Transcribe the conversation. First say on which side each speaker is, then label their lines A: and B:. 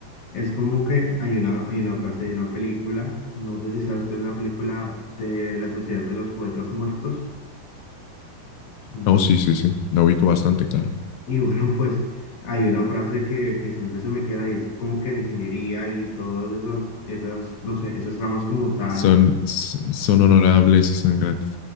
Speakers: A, on the left; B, on the left.
A: es como que hay una, hay una frase de una película, no sé si sabes cuál es la película de la Sociedad de los Poetas Muertos, no.
B: Oh, sí, sí, sí, la ubico bastante, claro.
A: Y <laughs> bueno, pues hay una frase que, que siempre se me queda y es como que la ingeniería y todas esas, esas, no sé, esas ramas como tal,
B: Son, s- son honorables y son gratas.